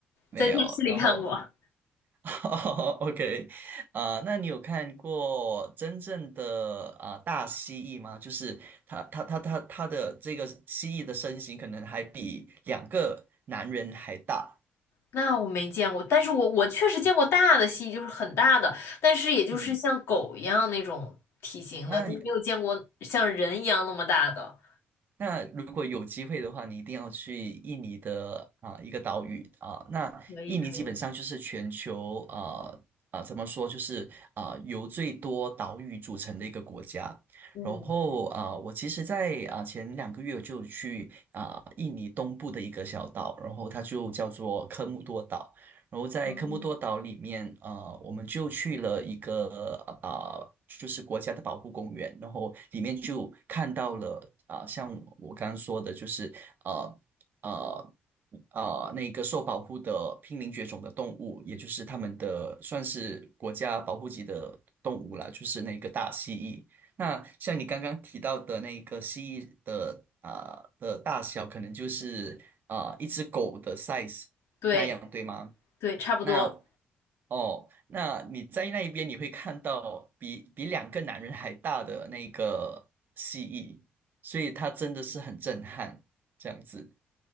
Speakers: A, on the right; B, on the left.
A: 没有。
B: 在电视里看过，
A: 然后 <laughs> OK，啊、那你有看过真正的啊、大蜥蜴吗？就是它它它它它的这个蜥蜴的身形可能还比两个男人还大。
B: 那我没见过，但是我我确实见过大的蜥蜴，就是很大的，但是也就是像狗一样那种体型的，
A: 嗯，那
B: 但没有见过像人一样那么大的。
A: 那如果有机会的话，你一定要去印尼的啊、一个岛屿啊、那印尼基本上就是全球啊啊、
B: 可以可以，
A: 怎么说，就是啊、由最多岛屿组成的一个国家。
B: 嗯，
A: 然后啊、我其实在啊、前两个月我就去啊、印尼东部的一个小岛，然后它就叫做科穆多岛。然后在科莫多岛里面，
B: 嗯
A: 呃，我们就去了一个啊、呃就是国家的保护公园，然后里面就看到了啊、像我刚刚说的，就是呃呃呃那个受保护的濒临绝种的动物，也就是他们的算是国家保护级的动物啦，就是那个大蜥蜴。那像你刚刚提到的那个蜥蜴的啊、的大小，可能就是啊、一只狗的 size
B: 对
A: 那样，对吗？
B: 对，差不多，
A: 那哦，那你在那一边你会看到比比两个男人还大的那个蜥蜴，所以它真的是很震撼，这样子